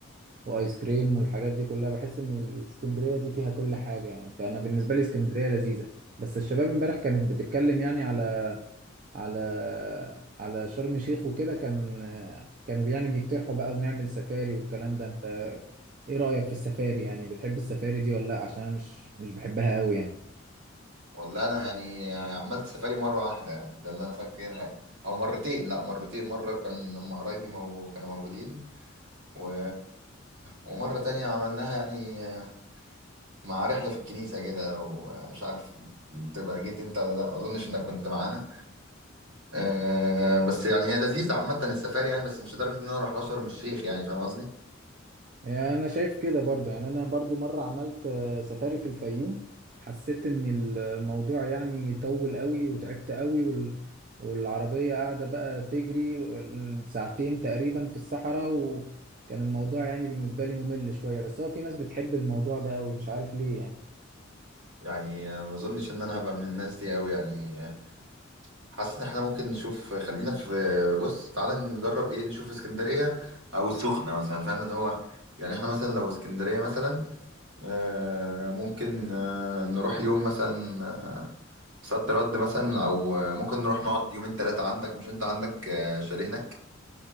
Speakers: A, on the right; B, on the right.
A: وايس كريم والحاجات دي كلها بحس ان الاسكندريه دي فيها كل حاجه يعني فانا بالنسبه لي اسكندريه لذيذه بس الشباب امبارح كانت بتتكلم يعني على على على شرم الشيخ وكده كان كانوا يعني بيقترحوا بقى ونعمل سفاري والكلام ده انت ايه رأيك في السفاري يعني بتحب السفاري دي ولا لا عشان أنا مش مش بحبها قوي يعني
B: والله انا يعني عملت سفاري مرة واحدة يعني ده اللي انا فاكرها يعني او مرتين لا مرتين مرة كان لما قرايبي مو... كانوا موجودين و... ومرة تانية عملناها يعني مع رحلة في الكنيسة كده لو مش عارف تبقى جيت انت ولا لا ما اظنش انك كنت معانا أه بس يعني هي لذيذة عامة السفاري يعني بس مش لدرجة ان انا اروح لها شرم الشيخ يعني فاهم قصدي؟
A: يعني انا شايف كده برضو يعني انا برضو مرة عملت آه، سفاري في الفيوم حسيت ان الموضوع يعني طول قوي وتعبت قوي وال... والعربية قاعدة بقى تجري ساعتين تقريبا في الصحراء وكان الموضوع يعني بالنسبة لي ممل شوية بس هو في ناس بتحب الموضوع ده قوي مش عارف ليه يعني
B: يعني آه، ما اظنش ان انا هبقى من الناس دي قوي يعني آه، حاسس ان احنا ممكن نشوف خلينا في بص تعالى نجرب ايه نشوف اسكندرية او السخنة مثلا فاهم اللي هو يعني احنا مثلا لو اسكندرية مثلا أه ممكن أه نروح يوم مثلا آه، صد رد مثلا او ممكن نروح نقعد يومين ثلاثة عندك مش انت عندك آه، شاليه هناك